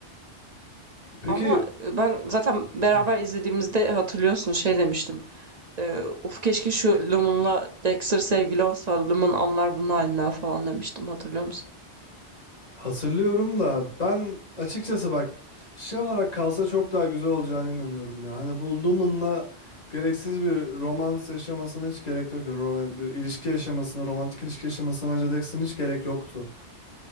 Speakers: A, on the left (about 35°); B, on the right (about 45°).
A: Peki
B: Ama e, ben zaten beraber
A: Hı.
B: izlediğimizde hatırlıyorsun şey demiştim. E, uf keşke şu Lumen'la Dexter sevgili olsa Lumen anlar bunun halinden falan demiştim hatırlıyor musun?
A: hatırlıyorum da ben açıkçası bak şey olarak kalsa çok daha güzel olacağına inanıyorum ya. Hani bu Lumen'la gereksiz bir romans yaşamasına hiç gerek yoktu. Roman, bir ilişki yaşamasına, romantik ilişki yaşamasına bence Dexter'ın hiç gerek yoktu.